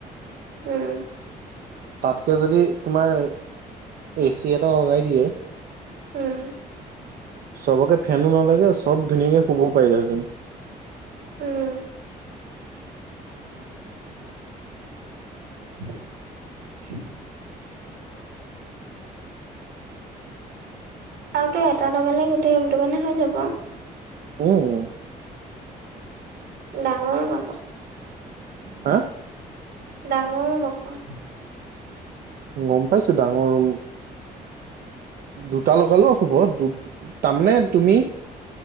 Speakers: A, on the right; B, on the right.
A: উম।
B: তাতকে যদি তোমাৰ এ চি এটা লগাই দিয়ে
A: উম
B: চবকে ফেনো নালাগে, চব ধুনীয়াকে শুবও পাৰিলেহেঁতেন।
A: উম। <inaudible> আৰু তই এটা লগালে গোটেই ৰুমটোৰ কাৰণে হৈ যাব।
B: উম।
A: ডাঙৰ ৰোম আকৌ।
B: হা?
A: ডাঙৰ ৰুম আকৌ।
B: গম পাইছো, ডাঙৰ ৰুম। দুটা লগালেও হ'ব দু, তাৰমানে তুমি